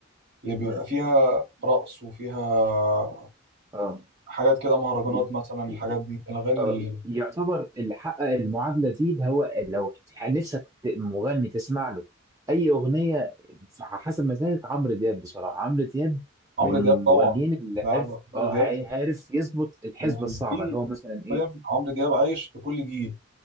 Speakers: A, on the right; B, on the right.
A: اللي بيبقى
B: مم.
A: فيها رقص وفيها
B: اه
A: حاجات كده مهرجانات
B: ي-
A: مثلا الحاجات
B: ي-
A: دي الاغاني
B: آه،
A: ال-
B: يعتبر اللي حقق المعادله دي اللي هو لو نفسك ت- مغني تسمع له اي اغنيه على حسب مزاجك عمرو دياب بصراحه عمرو دياب
A: عمرو
B: من المغنيين
A: دياب طبعا
B: اللي
A: لا
B: عارف
A: لا عمرو
B: اه
A: دياب
B: عا- عارف يظبط الحسبه
A: من
B: الصعبه
A: الجيل
B: اللي هو مثلا ايه
A: فاهم عمرو دياب عايش في كل جيل